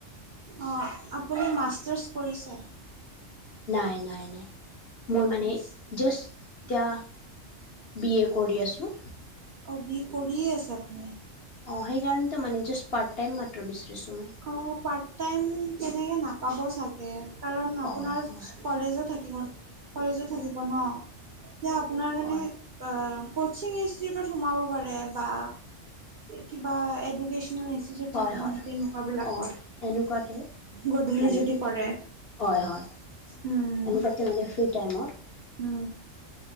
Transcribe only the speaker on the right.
অ' আপুনি মাষ্টাৰ্ছ কৰিছে?
মাষ্টাৰ
অ' বি এ কৰিয়ে আছে আপুনি!
অ' পাৰ্ট টাইম কেনেকৈ নাপাব চাগে। কাৰণ
আপোনাৰ
কলেজো থাকিব কলেজো থাকিব ন' এতিয়া আপোনাৰ কাৰণে
কচিং ইষ্টিটিউটত সোমাব পাৰে বা। কিবা এডুকেচনেল ইষ্টিটিউদ থাকে
নহয়
তেনেকুৱা বিলাকত
গধূলি
যদি কৰে
উম
উম